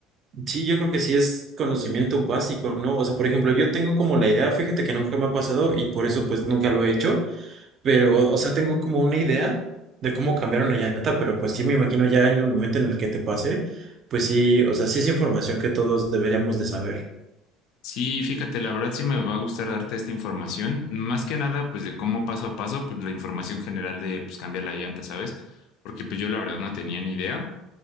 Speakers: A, on the right (about 30°); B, on the left (about 60°).
A: Sí, yo creo que sí es conocimiento básico, ¿no? O sea, por ejemplo, yo tengo como la idea, fíjate que nunca me ha pasado y por eso pues nunca lo he hecho. Pero, o sea, tengo como una idea de cómo cambiar una llanta, pero pues sí me imagino ya en el momento en el que te pase, pues sí, o sea, sí es información que todos deberíamos de saber.
B: Sí, fíjate, la verdad sí me va a gustar darte esta información. Más que nada, pues de cómo paso a paso, pues la información general de pues cambiar la llanta, ¿sabes? Porque pues yo la verdad no tenía ni idea.